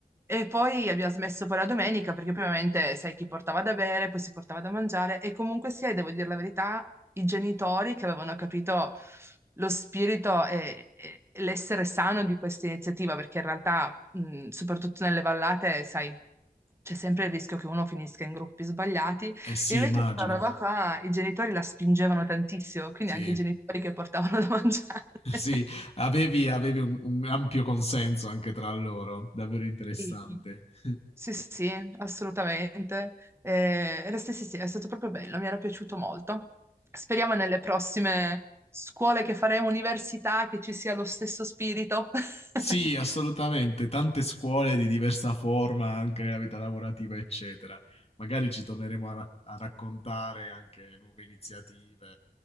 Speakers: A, on the right (about 15°); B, on the left (about 40°).
A: e poi abbiamo smesso poi la domenica perché poi ovviamente sai chi portava da bere, poi si portava da mangiare e comunque sia, e devo dire la verità, i genitori che avevano capito lo spirito e, e l'essere sano di questa iniziativa, perché in realtà, mh, soprattutto nelle vallate, sai, c'è sempre il rischio che uno finisca in gruppi sbagliati
B: Eh sì,
A: e invece
B: immagino.
A: questa roba qua i genitori la spingevano tantissimo, quindi
B: Sì,
A: anche i genitori che portavano da mangiare.
B: <laughs> Sì,
A: <laughs>
B: avevi, avevi un, un ampio consenso anche tra loro, davvero interessante.
A: Sì.
B: <laughs>
A: Sì, sì, assolutamente. Eh, era- sì, sì, sì, è stato proprio bello, mi era piaciuto molto. Speriamo nelle prossime scuole che faremo, università, che ci sia lo stesso spirito.
B: Sì,
A: <laughs>
B: assolutamente, tante scuole di diversa forma anche nella vita lavorativa, eccetera. Magari ci torneremo a, rac- a raccontare anche nuove iniziative